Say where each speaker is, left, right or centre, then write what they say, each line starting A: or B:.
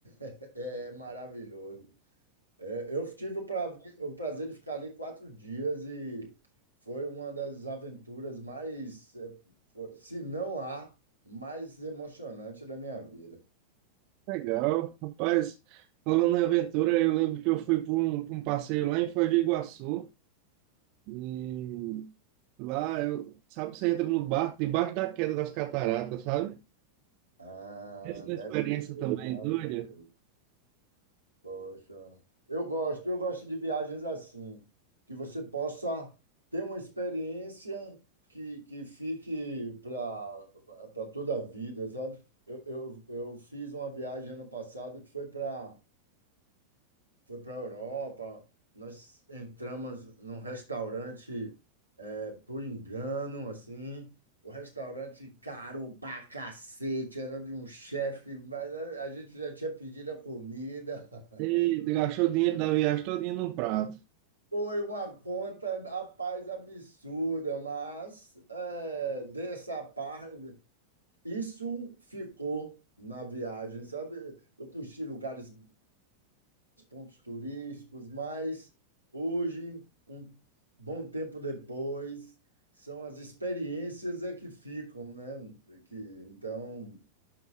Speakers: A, on the right (about 85°); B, on the right (about 45°).
A: <laughs> é maravilhoso. É, Eu tive o, pra- o prazer de ficar ali quatro dias e foi uma das aventuras mais, eh, fo- se não a mais emocionante da minha vida.
B: Legal. Rapaz, falando em aventura, eu lembro que eu fui para um, pra um passeio lá em Foz do Iguaçu. E lá, eu, sabe, você entra no barco, debaixo da queda das cataratas, sabe?
A: Ah,
B: Essa é uma
A: deve
B: experiência
A: ser
B: também
A: maravilhoso.
B: doida.
A: Poxa, eu gosto, eu gosto de viagens assim, que você possa ter uma experiência que, que fique para toda a vida, sabe? Eu, eu, eu fiz uma viagem ano passado que foi para foi para a Europa. Nós entramos num restaurante é, por engano, assim. O restaurante caro pra cacete, era de um chefe, mas a a gente já tinha pedido a comida. <laughs>
B: E gastou o dinheiro da viagem todinha num prato.
A: Foi uma conta, rapaz, absurda, mas é, dessa parte, isso ficou na viagem, sabe? Eu conheci lugares pontos turísticos, mas hoje, um bom tempo depois, são as experiências é que ficam, né? Que, então,